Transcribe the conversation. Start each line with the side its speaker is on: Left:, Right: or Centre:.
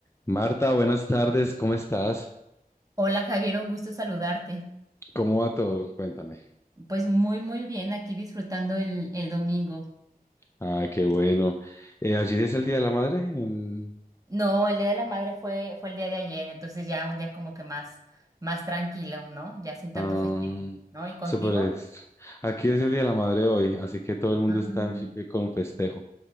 Left: Marta, buenas tardes, ¿cómo estás?
Right: Hola Javier, un gusto saludarte.
Left: ¿Cómo va todo? Cuéntame.
Right: Pues muy, muy bien, aquí disfrutando el, el domingo.
Left: Ah, qué bueno. Eh, allí es el Día de la Madre en
Right: No, el Día de la Madre fue, fue el día de ayer, entonces ya un día como que más, más tranquilo, ¿no? Ya sin tanto
Left: ah,
Right: festejo, ¿no? ¿Y contigo?
Left: Super Extra. Aquí es el Día de la Madre hoy, así que todo el mundo
Right: Ah,
Left: está en fi- eh, con festejo.